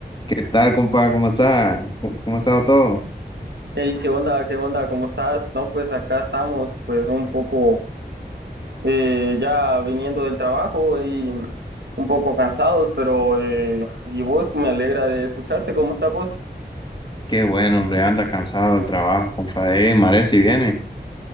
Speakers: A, on the left; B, on the right.
A: ¿Qué tal, compa? ¿Cómo está? ¿Cómo cómo ha estado todo?
B: Hey, ¿qué onda? ¿Qué onda? ¿Cómo estás? No, pues acá estamos, pues un poco eh, ya viniendo del trabajo y un poco cansados, pero eh, y vos me alegra de escucharte. ¿Cómo estás vos?
A: Qué bueno, hombre, anda cansado del trabajo, compadre. Eh, mare, si viene.